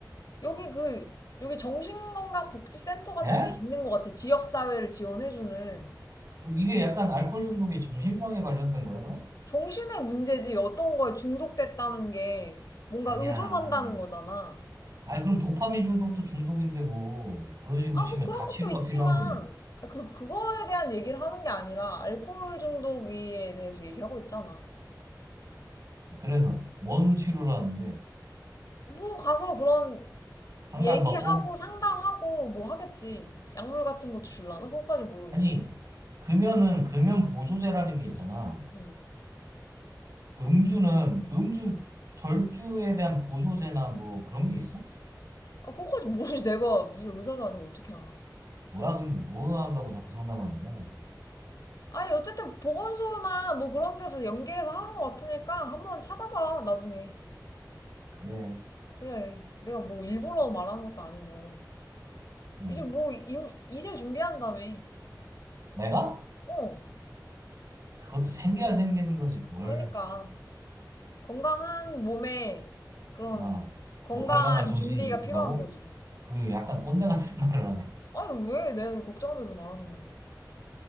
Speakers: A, on the left (about 55°); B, on the right (about 55°).
A: 여기 그, 여기 정신건강복지센터 같은
B: 예?
A: 게 있는 것 같아. 지역사회를 지원해주는.
B: 그럼 이게 약간 알코올 중독이 정신병에 관련된 거야, 그럼?
A: 정신의 문제지, 어떤 거에 중독됐다는 게 뭔가
B: 아니야.
A: 의존한다는 거잖아.
B: 아니, 그럼 도파민 중독도 중독인데 뭐 그런 식으로
A: 아,
B: 치면
A: 뭐 그런
B: 다
A: 것도
B: 치료가
A: 있지만,
B: 필요한 거지.
A: 아, 그, 그거에 대한 얘기를 하는 게 아니라, 알코올 중독에 대해서 얘기하고 있잖아.
B: 그래서 뭔 치료를 하는데
A: 뭐 가서 그런
B: 상담받고?
A: 얘기하고 상담하고 뭐 하겠지. 약물 같은 것도 줄라나? 그거까지 모르겠어.
B: 아니, 금연은 금연 보조제라는 게 있잖아.
A: 응.
B: 음주는 음주 절주에 대한 보조제나 뭐 그런 게 있어?
A: 아, 그거까지 모르지. <laughs> 내가 무슨 의사도 아니고 어떻게 알아.
B: 뭐야, 근데 뭐 한다고 자꾸 상담하는 거야, 나한테.
A: 아니, 어쨌든 보건소나 뭐 그런 데서 연계해서 하는 것 같으니까 한번 찾아봐, 나중에.
B: 그래.
A: 그래. 내가 뭐 일부러 말하는 것도 아니고.
B: 응.
A: 이제 뭐 임, 이세 준비한다며.
B: 내가?
A: 어.
B: 그것도 생겨야 생기는 거지, 뭘.
A: 그러니까. 건강한 몸에 그런
B: 어
A: 건강한
B: 뭐 건강한 정신이
A: 준비가
B: 깃든다고?
A: 필요한 거지.
B: 그 약간 꼰대 같은 <laughs> 말을 하네.
A: 아니, 왜 내가 걱정돼서 말하는 건데.